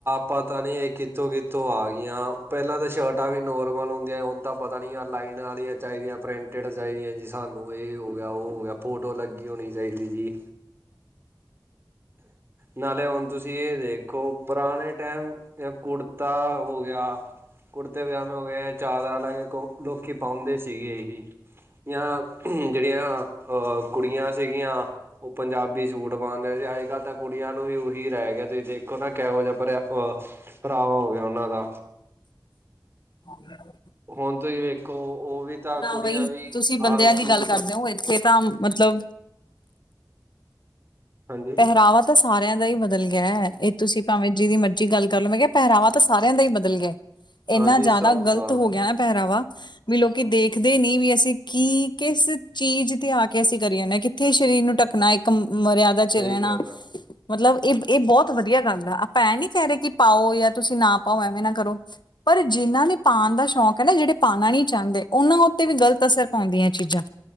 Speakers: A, on the right; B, on the left.
A: ਪਾਂਤਾ ਨੀ, ਇਹ ਕਿੱਥੋਂ-ਕਿੱਥੋਂ ਆ ਗਈਆਂ। ਪਹਿਲਾਂ ਤਾਂ ਸ਼ਰਟਾਂ ਵੀ ਨੋਰਮਲ ਹੁੰਦੀਆਂ ਹੁਣ ਤਾਂ ਪਤਾ ਪ ਲਾਈਨਾਂ ਵਾਲੀਆਂ ਚਾਹੀਦੀਆਂ, ਪ੍ਰਿੰਟਡ ਚਾਹੀਦੀਆਂ ਜੀ। ਸਾਨੂੰ ਇਹ ਹੋ ਗਿਆ, ਉਹ ਹੋ ਗਿਆ। ਫੋਟੋ ਲੱਗੀ ਹੋਣੀ ਚਾਹੀਦੀ ਜੀ।
B: <unintelligible>
A: ਨਾਲੇ ਹੁਣ ਤੁਸੀਂ ਇਹ ਦੇਖੋ, ਪੁਰਾਣੇ ਟਾਈਮ ਕੁੜਤਾ ਹੋ ਗਿਆ, ਕੁੜਤੇ-ਬਜਾਮੇ ਹੋ ਗਏ, ਚਾਦਰਾ ਲੱਗ ਕੇ ਦੇਖੋ ਲੋਕ ਪਾਉਂਦੇ ਸੀਗੇ ਹੀ, ਜਾਂ ਜਿਹੜੀਆਂ ਕੁੜੀਆਂ ਸੀਗੀਆਂ, ਉਹ ਪੰਜਾਬੀ ਸੂਟ ਪਾਉਂਦੇਆਂ ਸੀ। ਅੱਜ ਕੱਲ੍ਹ ਤਾਂ ਕੁੜੀਆਂ ਨੂੰ ਵੀ ਉਹੀ ਗਿਆ ਤੁਸੀਂ ਦੇਖੋ ਨਾ, ਕਿਹੋ ਜਿਹਾ ਭਰਾਵਾ ਹੋ ਗਿਆ ਉਹਨਾਂ ਦਾ।
B: <inaudible>
A: ਹੁਣ ਤੁਸੀਂ ਵੇਖੋ, ਉਹ ਵੀ ਤਾਂ
B: ਨਾ
A: ਕੁੜੀਆਂ
B: ਬਾਈ,
A: ਵੀ
B: ਤੁਸੀਂ
A: ਆਹ
B: ਬੰਦਿਆਂ
A: ਸੂਟ
B: ਦੀ ਗੱਲ ਕਰਦੇ ਹੋ, ਇੱਥੇ ਤਾਂ ਮਤਲਬ
A: ਹਾਂਜੀ।
B: ਪਹਿਰਾਵਾ ਤਾਂ ਸਾਰਿਆਂ ਦਾ ਹੀ ਬਦਲ ਗਿਆ, ਇਹ ਤੁਸੀਂ ਭਾਵੇਂ ਜਿਹਦੀ ਮਰਜ਼ੀ ਗੱਲ ਕਰ, ਲੋ ਮੈਂ ਕਿਹਾ ਪਹਿਰਾਵਾ ਤਾਂ ਸਾਰਿਆਂ ਦਾ ਹੀ ਬਦਲ ਗਿਆ, ਇੰਨਾ
A: ਹਾਂਜੀ
B: ਜ਼ਿਆਦਾ
A: ਸਭ
B: ਗ਼ਲਤ
A: ਦਾ
B: ਹੋ ਗਿਆ ਨਾ ਪਹਿਰਾਵਾ ਵੀ ਲੋਕੀ ਦੇਖਦੇ ਨੀ, ਵੀ ਅਸੀਂ ਕੀ ਕਿਸ ਚੀਜ਼ ਤੇ ਆ ਕੇ ਅਸੀਂ ਕਰੀ ਜਾਂਦੇ ਕਿ ਇੱਥੇ ਸਰੀਰ ਨੂੰ ਢੱਕਣਾ, ਇੱਕ ਮਰਿਆਦਾ ਚ
A: ਸਹੀ
B: ਰਹਿਣਾ।
A: ਗੱਲ ਆ
B: ਮਤਲਬ, ਇਹ ਇਹ ਬਹੁਤ ਵਧੀਆ ਗੱਲ ਆ। ਆਪਾਂ ਐਂ ਨੀ ਕਹਿ ਰਹੇ ਕਿ ਪਾਓ, ਜਾਂ ਤੁਸੀਂ ਨਾ ਪਾਓ ਐਵੇਂ ਨਾ ਕਰੋ ਪਰ ਜਿਹਨਾਂ ਨੇ ਪਾਉਣ ਦਾ ਸ਼ੌਕ ਹੈ ਨਾ, ਜਿਹੜੇ ਪਾਉਣਾ ਨਹੀਂ ਚਾਹੁੰਦੇ, ਉਹਨਾਂ ਉੱਤੇ ਵੀ ਗ਼ਲਤ ਅਸਰ ਪਾਉਂਦੀਆਂ ਚੀਜ਼ਾਂ।